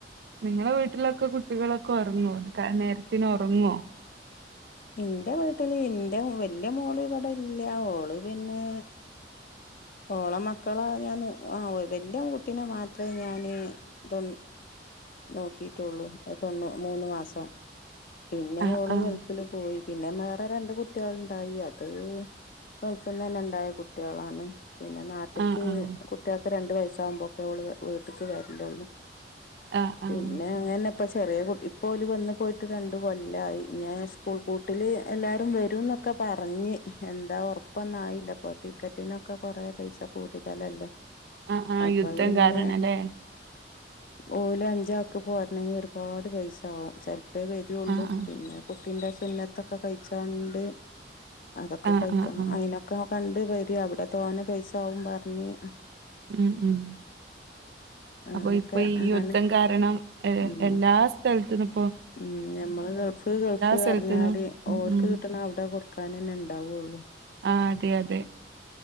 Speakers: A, on the right (about 65°); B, on the left (about 50°).
A: നിങ്ങളെ വീട്ടിലൊക്കെ കുട്ടികളൊക്കെ ഒറങ്ങോ അത് ക നേരത്തിന് ഒറങ്ങോ
B: ഇന്റെ വീട്ടില് ഇന്റെ വല്യ മോള് ഇവടെ ഇല്ല ഒള് പിന്നേ ഓളെ മക്കളെ ഞാൻ നോ ആഹ് വല്യ പെങ്കുട്ടിനെ മാത്രേ ഞാന് തൊണ്ണു നോക്കീട്ടൊള്ളു തൊണ്ണൂ മൂന്ന് മാസം പിന്നെ
A: ആഹ്
B: ഓള്
A: ആഹ്
B: ഗൾഫിലും പോയി പിന്നെ വേറെ രണ്ട് കുട്ടേള്ണ്ടായി അത് ഗൾഫ്ന്നെന്നെ ഉണ്ടായ കുട്ടേളാണ് പിന്നെ നാ ട്ട്ക്ക്
A: ആഹ് ആഹ്
B: കുട്ട്യാക്ക് രണ്ട് വയസാകുമ്പൊക്കെ ഓള് വി വീട്ട്ക്ക് വര്ലൊള്ളൂ.
A: ആഹ്. ആഹ്
B: പിന്നെ അങ്ങൻന്നെ ഇപ്പം ചെറ്യേ കുട്ടി ഇപ്പോല് വന്ന് പോയിട്ട് രണ്ടു കൊല്ലായി ഇഞ്ഞ് സ്കൂൾ പൂ ട്ട്ല് എല്ലാരും വരുംന്നൊക്കെ പറഞ്ഞ് എന്താ ഒർപ്പൊന്നായില്ലപ്പം ടി ക്കറ്റിനൊക്കെ കൊറേ പൈസ കൂടുതലല്ലേ
A: ആഹ് ആഹ്
B: അപ്പഹ്
A: യുദ്ധം
B: പിന്നെ.
A: കാരണല്ലേ
B: ഓല് അഞ്ചാക്ക് പോര്ണെങ്കി ഒരുപാട് പൈസാവും ചെൽപ്പേ വരൊള്ളൂ
A: ആഹ് ആഹ്
B: പിന്നെ. കുട്ടിന്റെ സുന്നത്തൊക്കെ കയ്ച്ചാണ്ട് അതൊക്കെ
A: ആഹ്
B: കയ്ക്കണം
A: ആഹ് ആഹ്
B: അയ്നൊ ക്ക കണ്ട് വര്യാ അവ്ടെ തോനെ പൈസാവും പർഞ്ഞ്.
A: ഉം ഉം
B: അങ്ങനെയൊക്കെ
A: അപ്പൊ ഇപ്പയി യുദ്ധം
B: ആണ്
A: കാരണം ഏഹ്
B: ഉം
A: എല്ല ല്ലാ സ്ഥൽത്തന്നുപ്പൊ.
B: ഉം ഞമ്മള് ഗൾഫ് ഗൾഫ്
A: സ്ഥലത്തുന്നും
B: പർഞ്ഞാല്
A: ഉം
B: ഓൽക്ക്
A: ഉം
B: കിട്ട്ണ അവുടെ കൊട് ക്കാനെന്നെ ഇണ്ടാവൊള്ളു.
A: ആഹ് അതെ അതെ